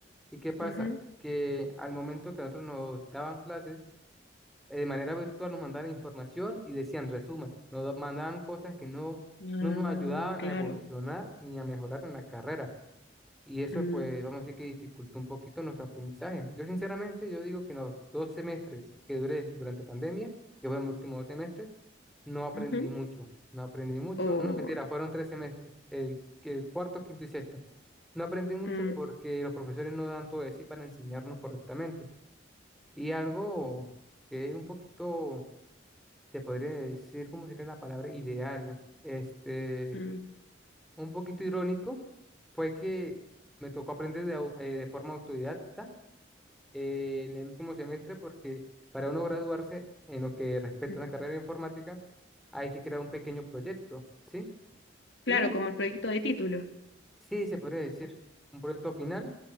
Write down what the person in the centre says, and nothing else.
¿Y qué pasa?
Que al momento que a nosotros nos daban clases, eh, de manera virtual nos mandaban información y decían resuman, nos da- mandaban cosas que no,
no nos ayudaban
a evolucionar ni a mejorar en la carrera. Y eso,
pues, vamos a decir que dificultó un poquito nuestro aprendizaje. Yo, sinceramente, yo digo que en los dos semestres que duré durante pandemia, que fueron mis últimos dos semestres, no aprendí
mucho, no aprendí mucho.
No, mentira, fueron tres semestres, el, que- el cuarto, quinto y sexto. No aprendí mucho
porque los profesores no dan todo de sí para enseñarnos correctamente. Y algo que es un poquito, se podría decir, ¿cómo sería la palabra? Ideal, este,
un poquito irónico, fue que me tocó aprender de, au- eh, de forma autodidacta eh, en el último semestre porque para uno graduarse en lo que respecta
a una carrera de informática, hay que crear un pequeño proyecto, ¿sí? Y
sí, se podría decir un proyecto final